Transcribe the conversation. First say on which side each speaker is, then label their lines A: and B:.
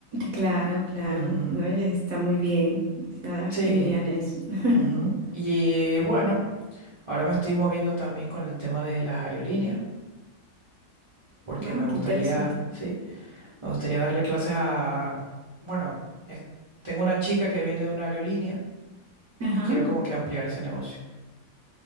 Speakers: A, on the right; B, on the right.
A: Claro, claro.
B: Ujú.
A: Oye, está muy bien. Está
B: Sí.
A: genial eso. <laughs>
B: ujú. Y bueno, ahora me estoy moviendo también con el tema de las aerolíneas, porque
A: Wow,
B: me gustaría,
A: qué interesante.
B: sí, me gustaría darle clases a, bueno, es- tengo una chica que viene de una aerolínea
A: Ajá.
B: y quiero como que ampliar ese negocio.